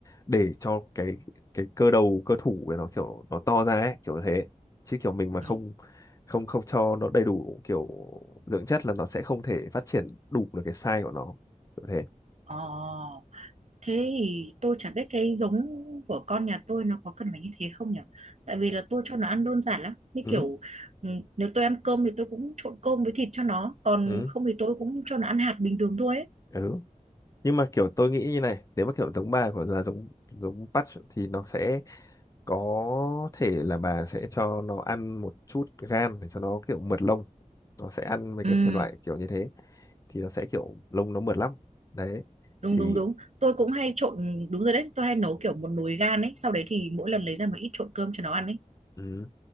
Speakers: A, on the left; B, on the right.
A: để cho cái cái cơ đầu cơ thủ để nó kiểu nó to ra ấy kiểu thế chứ kiểu mình mà
B: Ừ.
A: không không không cho nó đầy đủ kiểu dưỡng chất là nó sẽ không thể phát triển đủ được cái size của nó kiểu thế
B: Ờ. Thế thì tôi chả biết cái giống của con nhà tôi nó có cần phải như thế không nhỉ? Tại vì là tôi cho nó ăn đơn giản lắm. Như
A: ừ
B: kiểu ừ, nếu tôi ăn cơm thì tôi cũng trộn cơm với thịt cho nó. Còn
A: ừ
B: không thì tôi cũng cho nó ăn hạt bình thường thôi ấy.
A: ừ nhưng mà kiểu tôi nghĩ như này nếu mà kiểu giống bà của là giống giống patch thì nó sẽ có thể là bà sẽ cho nó ăn một chút gan để cho nó kiểu mượt lông nó sẽ ăn mấy
B: Ừ,
A: cái thể loại kiểu như thế thì nó sẽ kiểu lông nó mượt lắm đấy
B: đúng
A: thì
B: đúng đúng. Tôi cũng hay trộn, đúng rồi đấy. Tôi hay nấu kiểu một nồi gan ấy. Sau đấy thì mỗi lần lấy ra một ít trộn cơm cho nó ăn ấy.
A: ừ.